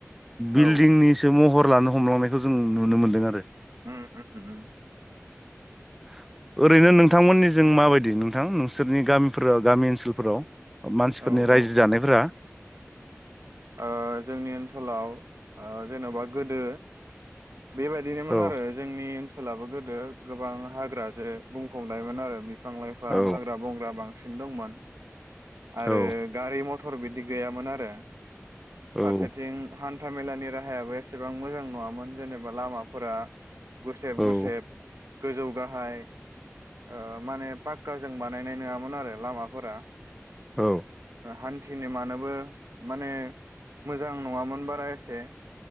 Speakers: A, in the centre; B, on the right.
A: बिल्डिंनिसो
B: औ
A: महर लानो हमलांनायखौ जों नुनो मोनदों आरो।
B: उम उम उम
A: <inaudible> ओरैनो नोंथांमोननि जों माबायदि नोंथां नोंसोरनि गामिफोराव गामि ओनसोलफोराव। मानसिफोरनि
B: औ
A: रायजो
B: औ
A: जानायफोरा।
B: ओ जोंनि ओनसोलाव ओ जेन'बा गोदो बेबायदिनोमोन
A: औ
B: आरो जोंनि ओन सोलाबो गोदो गोबां हाग्रा जो बुंफुंनायमोन आरो बिफां लाइफां
A: औ
B: हाग्रा बंग्रा बांसिन दंमोन आरो
A: औ
B: गारि मथ थर बिदि गैयामोन आरो।
A: औ
B: फारसेथिं हान हान्थामेलानि राहायाबो एसेबां मोजां नङामोन जेनेबा लामाफोरा गुसेब
A: औ
B: गुसेब गोजौ गाहाय ओ माने पाक्काजों बानायनाय नोंङामोन आरो लामाफोरा।
A: औ
B: हान्थिनो मानोबो माने मोजां नङामोन बारा एसे।